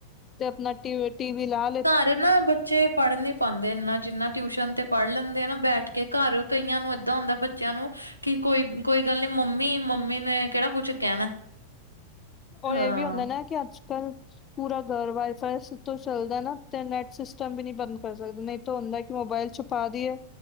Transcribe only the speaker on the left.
ਤੇ ਆਪਣਾ ਟੀ ਟੀ ਵੀ ਲਾ
ਹੋਰ
ਇਹ ਵੀ ਹੁੰਦਾ ਨਾ ਕਿ ਅੱਜ-ਕਲ ਪੂਰਾ ਘਰ ਵਾਈਫਾਈ ਤੋਂ ਚੱਲਦਾ ਨਾ ਤੇ ਨੈਟ ਸਿਸਟਮ ਵੀ ਨੀ ਬੰਦ ਕਰ ਸਕਦਾ ਨਹੀਂ ਤਾਂ ਹੁੰਦਾ ਕਿ ਮੋਬਾਇਲ ਚ ਪਾ ਦਿਏ